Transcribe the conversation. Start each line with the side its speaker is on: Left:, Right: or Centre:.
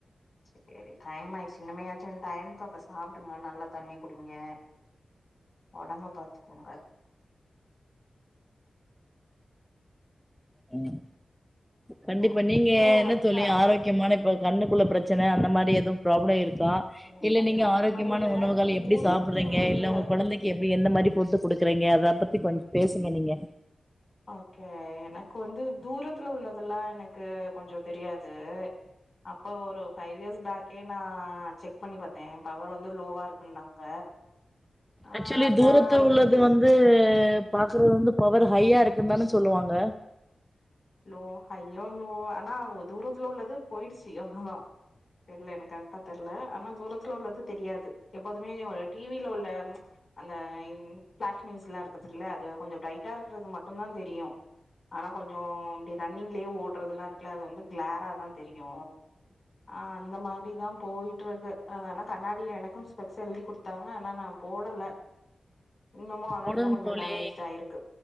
Left: சரி டைம் ஆயிர்ச்சி இன்னமயாச்சு டைமுக்கு அப்ப சாப்பிடுங்க நல்லா தண்ணி குடிங்க ஒடம்ப பாத்துக்கோங்க
Centre: உஹம் கண்டிப்பா
Left: ம்
Centre: நீங்க
Left: ஏ
Centre: என்ன
Left: ஒர்க்கா
Centre: தோழி ஆரோக்கியமான இப்ப கண்ணுக்குள்ள பிரச்சன அந்த மாரி எதுவு ப்ராப்ளம் இரு கா
Left: எனக்கு
Centre: இல்ல நீங்க
Left: அந்த
Centre: ஆரோக்கியமான
Left: மாரி இல்ல
Centre: உணவுகள்
Left: தூரத்துல
Centre: எப்டி சாப்பிடுறீங்க இல்ல உங்க குழந்தைக்கு எப்டி எந்த மாரி போட்டு குடுக்குறீங்க அத பத்தி கொஞ்ச பேசுங்க நீங்க
Left: ஓகே எனக்கு வந்து தூரத்துல உள்ளதெல்லா எனக்கு கொஞ்ச தெரியாது அப்போ ஒரு ஃபைவ் இயர்ஸ் பேக் க்கேன செக் பண்ணி பாத்தே பவர் வந்து லோவா இருக்குன்னாங்க ஆ
Centre: ஆக்சுவலி
Left: அதனா
Centre: தூரத்து
Left: அது
Centre: உள்ளது வந்து பாக்குறது வந்து பவர் ஹையா இருக்குந்தான சொல்லுவாங்க
Left: லோ ஹையோ லோ ஆனா ஒ தூரத்துல உள்ளது போயிடுச்சு அவ்ளோதா தெரில எனக்கு தெர்ல ஆனா தூரத் தூரத்ல உள்ளது தெரியாது எப்போதுமே ஒரு டிவில உள்ள அந்த ன் ஃபளாஸ் நியூஷ்லா இருக்குதுல அது கொஞ்ச பிரைட்டா இருக்கிறது மட்டு தா தெரியு ஆனா கொஞ்சோ அப்டி ரன்னிங்லயே ஓடுறதுலா இருக்குல அது வந்து கிளாரா தா தெரியு ஆஹ் அந்த மாரி தா போயிட்டு இருக்கு ஆனா கண்ணாடி எனக்கு ஸ்பெக்ஸ் எழுதி குடுத்தாங்க ஆனா நா போடல இன்னமு ஆனா
Centre: போடணு
Left: இன்னு கொஞ்சோ
Centre: தோழி
Left: டேமேஜ்ட் ஆயிருக்கு